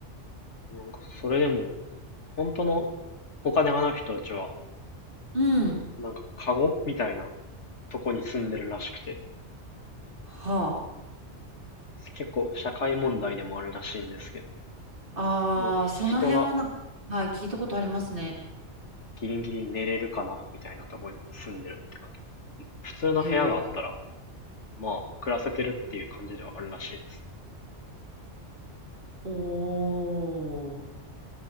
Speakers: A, on the left; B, on the right.
A: なんか、それでも、本当のお金がない人たちは、
B: うん。
A: なんか、カゴみたいなとこに住んでるらしくて、
B: は
A: 結構社会問題でもあるらしいんですけど、
B: あ。
A: もう人が
B: ああ、その辺はなんか、はい、聞いたことありますね。
A: ギリギリ寝れるかなみたいなとこに住んでるって感じ。普通の部屋があったら、
B: へえ。
A: まあ、暮らせてるっていう感じではあるらしいです。
B: おー。